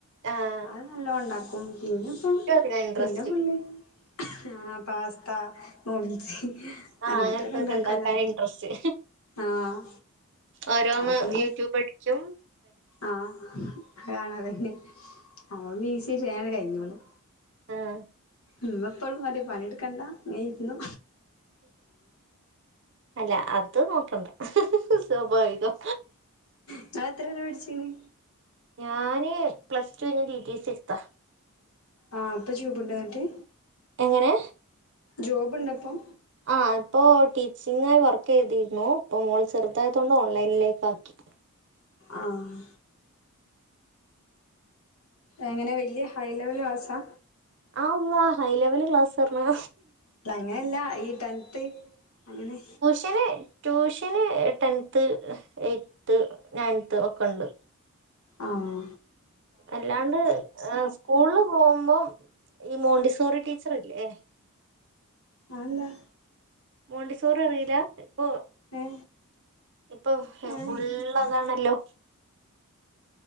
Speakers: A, on the right (about 55°); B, on the left (about 70°).
A: ആഹ്
B: അത് നല്ലോ ഇണ്ടാക്കും പിന്നെപം
A: ഇക്കും അതിനാ ഇൻട്രസ്റ്റ്
B: പിന്നെ ഫുള്ള് ആ പാസ്താ ന്യൂടിൽസ്
A: ആഹ്
B: അങ്ങൻത്തൊക്കെ
A: അങ്ങനത്തൊക്കെ
B: ഇണ്ടാക്ക
A: ഇണ്ടാക്കാൻ
B: <unintelligible> ല്ല
A: ഇൻട്രസ്റ്റ്
B: ആഹ്
A: ഓരോന്ന്
B: അതൊക്കെമ്മ
A: യൂട്യൂബഠ്ച്ചും
B: ആഹ് അഹ് കാണതന്നെ അ മീ സ്യരിയാണ് കഴിഞ്ഞോളൂ
A: ആഹ്
B: ഇമ്മ എപ്പളും പറിം പണിട്ക്കണ്ട ഇങ്ങെയ്ര്ന്നോ
A: അല്ല അത് നോക്കണ്ട സ്വാഭാവികം.
B: ഇഞളെത്രവരെ പട്ച്ചീനി
A: ഞാന് പ്ലസ് ടു കഴിഞ് ടി ടി സിട്ത്താ
B: ആ അപ്പം ജൂബ്ണ്ടൊ ഇന്നട്ട്.
A: എങ്ങനെ
B: ജോബ്ണ്ടൊ ഇപ്പം
A: ആഹ് ഇപ്പൊ ടീച്ചിങ്ങായി വർക്കെയ്തിന്നു. ഇപ്പ മോൾ ചെറുതായതോണ്ട് ഓൺലൈനിൽ ലേക്കാക്കി
B: ആഹ് എങ്ങെനെ വെല്യ ഹൈ ലെവൽ ക്ലാസാ
A: ആള്ളാ ഹൈ ലെവൽ ക്ലാസാർണാ
B: അങ്ങനെല്ല ഈ ടെൻത്ത് അങ്ങനെ
A: ഞാന് ട്യൂഷന് ടെൻത്ത് എയ്റ്റ്ത്ത് നയൻത്ത് ഒക്കെ ഉണ്ട്
B: ആം
A: അല്ലാണ്ട് സ്കൂള്ല് പോകുമ്പം ഈ മോണ്ടിസോറി ടീച്ചറില്ലേ
B: അ എന്താ
A: മോണ്ടിസോറി അറീലാ പ്പൊ
B: ഏ
A: ഇപ്പൊ
B: ഏഹ്
A: ഫുള്ളതാണല്ലോ